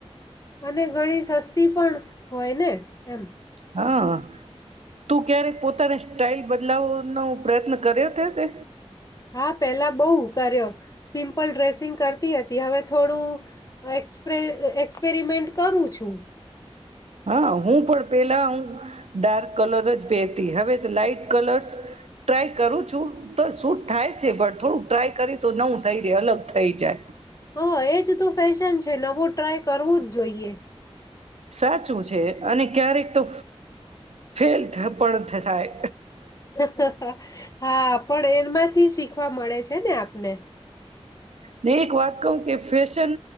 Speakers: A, on the left (about 30°); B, on the right (about 80°).
A: અને ઘણી સસ્તી પણ હોય ને એમ.
B: હા તું ક્યારેક પોતાની સ્ટાઈલ બદલાવવાનો પ્રયત્ન કર્યો હતો તે?
A: હા પેલા બહુ કર્યો સિમ્પલ ડ્રેસિંગ કરતી હતી હવે થોડું એ પ્ર એક્સપેરિમેન્ટ કરું છું.
B: હા હું પણ પેલા હું ડાર્ક કલર જ પહેતી હવે લાઈટ કલરસ ટ્રાય કરું છું તો શૂટ થાય છે પણ થોડુંક ટ્રાય કરી તો નવું થઈ રે અલગ થઈ જાય.
A: હા એજ તો ફેશન છે નવું ટ્રાય કરવું જ જોઈએ.
B: સાચું છે અને ક્યારેક તો ફેલ પણ થતા થાય.
A: હા, હા, હા, હા. પણ એમાંથી શીખવા મળે છે ને આપને.
B: ને એક વાત કહું કે ફેશન